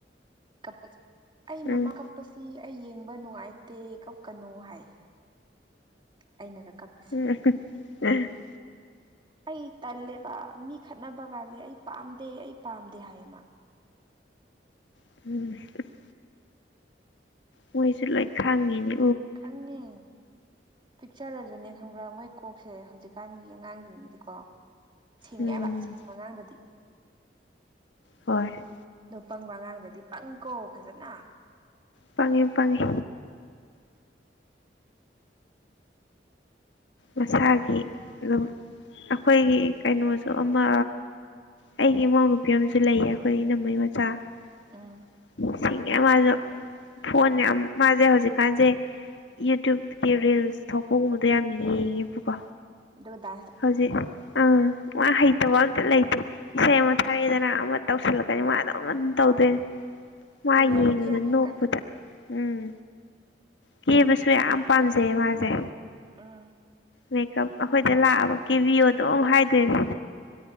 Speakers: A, on the right (about 30°); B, on the left (about 85°).
A: ꯀꯄꯁꯦ ꯑꯩ
B: ꯎꯝ
A: ꯃꯃꯥ ꯀꯞ ꯀꯞꯄꯁꯤ ꯑꯩ ꯌꯦꯡꯕ ꯅꯨꯡꯉꯥꯏꯇꯦ ꯀꯞꯀꯅꯣ ꯍꯥꯏ ꯑꯩꯅꯒ ꯀꯞꯄ
B: <unintelligible>
A: ꯑꯩ ꯇꯜꯂꯦꯕ ꯃꯤ ꯈꯠꯅꯕ ꯀꯥꯁꯦ ꯑꯩ ꯄꯥꯝꯗꯦ ꯑꯩ ꯄꯥꯝꯗꯦ ꯍꯥꯏꯌꯦꯃ
B: <unintelligible> ꯃꯣꯏꯁꯨ ꯂꯣꯏ ꯈꯪꯉꯤꯅꯦ
A: ꯈꯉꯤ ꯄꯤꯛꯆꯔꯁꯨꯅꯦ ꯈꯪꯕ꯭ꯔꯥ ꯃꯣꯏ ꯀꯣꯛꯁꯦ ꯍꯧꯖꯤꯛꯀꯥꯟꯒꯤ ꯑꯉꯥꯡꯁꯤꯡꯒꯤꯗꯤꯀꯣ ꯁꯤꯡꯉꯦꯕ
B: ꯎꯝ
A: ꯁꯤꯡꯕ ꯑꯉꯥꯡꯗꯗꯤ
B: ꯍꯣꯏ
A: ꯑꯗꯣ ꯄꯪꯕ ꯑꯉꯥꯡꯗꯗꯤ ꯄꯪꯏꯀꯣ ꯐꯖꯅ
B: ꯄꯪꯉꯤ ꯄꯪꯉꯤ ꯃꯁꯥꯒꯤ ꯑꯗꯨꯝ ꯑꯩꯈꯣꯏꯒꯤ ꯀꯩꯅꯣꯁꯨ ꯑꯃ ꯑꯩꯒꯤ ꯏꯃꯧ ꯅꯨꯄꯤ ꯑꯃꯁꯨ ꯂꯩꯌꯦ ꯑꯩꯈꯣꯏ ꯏꯅꯝꯃꯩ ꯃꯆꯥꯁꯤꯡ
A: ꯎꯝ
B: <unintelligible> ꯐꯣꯟꯅꯦ ꯌꯥꯝ ꯃꯥꯁꯦ ꯍꯧꯖꯤꯛꯀꯥꯟꯁꯦ ꯌꯨꯇ꯭ꯌꯨꯕꯒꯤ ꯔꯤꯜꯁ ꯊꯣꯛꯄꯒꯨꯝꯕꯗꯣ ꯌꯥꯝꯃꯤ ꯌꯦ ꯄꯨꯀꯣ
A: ꯑꯗꯨꯗꯥ
B: ꯍꯧꯖꯤꯛ ꯑꯥ ꯃꯥ ꯍꯩꯇꯕ ꯑꯝꯇ ꯂꯩꯇꯦ ꯏꯁꯩ ꯑꯃ ꯊꯥꯔꯛꯑꯦꯗꯅ ꯑꯃ ꯇꯧꯁꯤꯜꯂꯛꯀꯅꯤ
A: ꯎꯝ
B: ꯃꯥ ꯑꯗꯨ ꯑꯗꯨꯝ ꯇꯧꯗꯣꯏ ꯃꯥ
A: ꯇꯦꯂꯦꯟꯇꯤ
B: ꯌꯦꯡꯕꯗ
A: ꯌꯥꯝ ꯍꯦꯟꯒꯠꯂꯦ
B: ꯅꯣꯛꯄꯗ ꯎꯝ ꯀꯦꯕꯁꯨ ꯌꯥꯝ ꯄꯥꯝꯖꯩ ꯃꯥꯁꯦ
A: ꯑꯥ
B: ꯃꯦꯀꯞ ꯑꯩꯈꯣꯏꯗ ꯂꯥꯛꯑꯕ ꯀꯦꯚꯤꯌꯣꯗꯨꯝ ꯍꯥꯏꯗꯣꯏꯅꯦ